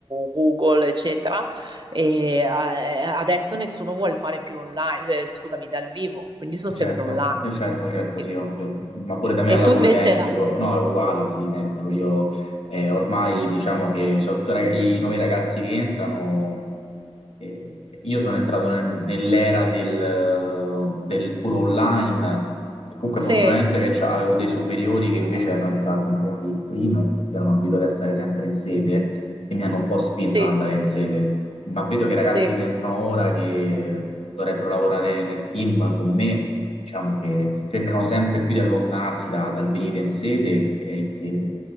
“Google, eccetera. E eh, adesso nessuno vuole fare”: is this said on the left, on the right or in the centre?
Right